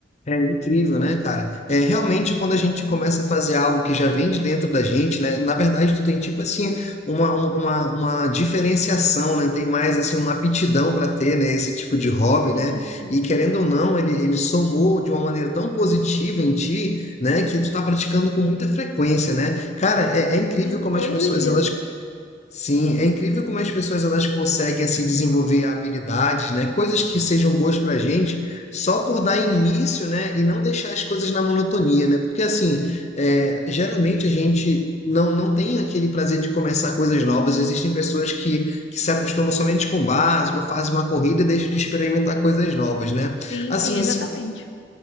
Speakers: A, on the left; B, on the left.
A: É incrível, né, cara? É realmente quando a
B: Sim,
A: gente começa a fazer algo que já vem de dentro da gente, né? Na verdade, tu tem tipo assim uma, uma, uma diferenciação, né? Tem mais assim uma aptidão para ter, né, esse tipo de hobby, né?
B: isso.
A: E querendo ou não, ele, ele somou de uma maneira tão positiva em ti, né, que tu tá praticando com muita frequência, né? Cara, é, é incrível
B: Sim,
A: como
B: todos
A: as pessoas
B: os dias.
A: elas Sim, é incrível como as pessoas elas conseguem se desenvolver habilidades, né? Coisas que sejam boas para a gente, só por dar início, né? E não deixar as coisas na monotonia, né? Porque assim, é, geralmente a gente não, não tem aquele prazer de começar coisas novas. Existem pessoas que, que se acostumam somente com o básico, fazem uma corrida e deixam de experimentar coisas novas, né?
B: Sim,
A: Assim,
B: sim, exatamente.
A: se,